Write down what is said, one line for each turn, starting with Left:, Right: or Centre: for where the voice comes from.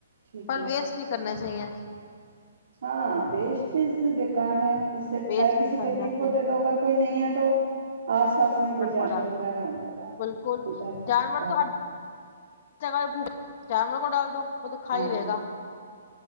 Right: ٹھیک
Left: پر
Right: ہے
Left: ویسٹ نہیں کرنا چاہیے
Right: ہاں بیسٹز بیکار ہے اس سے اچھا
Left: ویسٹ
Right: ہے
Left: نہیں
Right: کسی
Left: کرنا
Right: غریب کو
Left: چاہیے
Right: دے دو اگر کوئی نہیں ہے تو آس پاس میں کوئی جانور
Left: کو ڈال
Right: وغیرہ
Left: دو
Right: ان کو ڈال دو
Left: بالکل
Right: کوئی بہتر
Left: جانور
Right: بہتر
Left: تو ہر جگہ جانور کو ڈال دو وہ تو کھا
Right: ہاں
Left: ہی لے
Right: جی
Left: گا